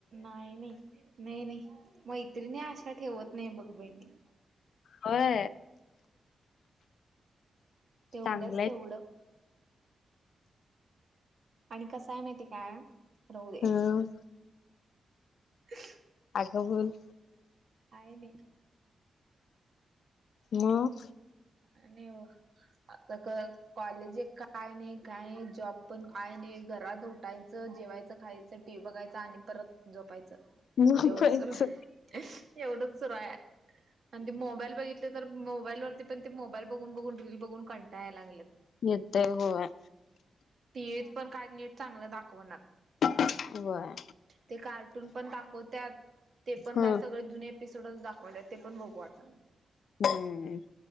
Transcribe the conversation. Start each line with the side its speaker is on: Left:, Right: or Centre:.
Right: नाही नाही नाही नाही मैत्रिणी आशा ठेवत नाही बघ बई मी
Left: होय
Right: तेवढंच
Left: चांगलंय
Right: तेवढं आणि कसय माहिती काय राहू दे
Left: हं
Right: ते
Left: अगा बोल
Right: हाय नाही
Left: मग
Right: नाही आता कॉलेज काय नाही काय जॉब पण काय नाही घरात उटायचं जेवायचं खायचं टी बघायचं आणि परत जोपायचं
Left: झोपायचं
Right: एवढ सुर एवढच सुर आहे आणि ते मोबाईल बघितले तर मोबाईलवर पण ते मोबाईल बघून बघून रील बघून कंटायला लागल
Left: येतंय होय
Right: तीच पण काय नीट चांगलं दाखवणार
Left: ग
Right: ते कार्टून पण दाखवतत ते पण
Left: हं
Right: काय सगळे जुून एपिसोडच दाखवले ते पण बघू वाट ना
Left: हम्म